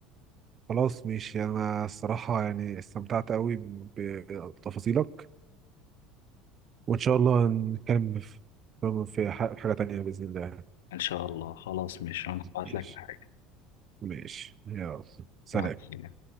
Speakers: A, on the right; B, on the left.
A: خلاص ماشي انا الصراحة يعني استمتعت قوي بتفاصيلك وان شاء الله نتكلم في في ح- حاجة تانية بإذن الله
B: ان شاء الله خلاص ماشي انا هبعت
A: ماشي
B: لك الحاجه
A: ماشي يلا سلام
B: مع السلامة.